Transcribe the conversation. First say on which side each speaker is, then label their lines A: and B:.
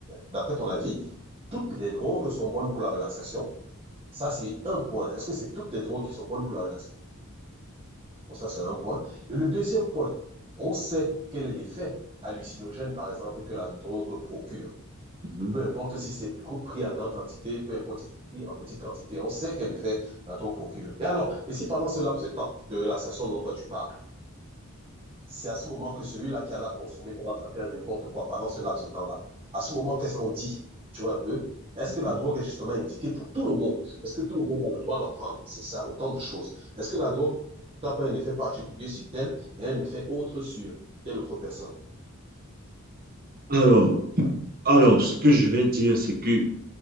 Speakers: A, on the right; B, on the right.
A: d'après ton avis, toutes
B: Mhm,
A: les drogues sont bonnes pour la relaxation? Ça, c'est un point. Est-ce que c'est toutes les drogues qui sont bonnes pour la relaxation? Bon, ça, c'est un point. Et le deuxième point, on sait quel est l'effet hallucinogène, par exemple, que la drogue procure.
B: mhm,
A: Peu importe si c'est pris en grande quantité, peu importe si c'est pris en petite quantité, on sait quel effet la drogue procure. Et alors, et si pendant ce laps de temps de relaxation dont toi tu parles, c'est à ce moment que celui-là qui en a consommé commence à faire n'importe quoi pendant ce laps de temps-là. À ce moment, qu'est-ce qu'on dit? Tu vois un peu? Est-ce
B: mhm,
A: que la
B: mhm.
A: drogue est justement indiquée pour tout le monde? Est-ce que tout le monde a le droit d'en prendre? C'est ça, autant de choses. Est-ce que la drogue n'a pas un effet particulier sur tel et un effet autre sur telle autre personne?
B: Alors, alors, ce que je vais dire, c'est que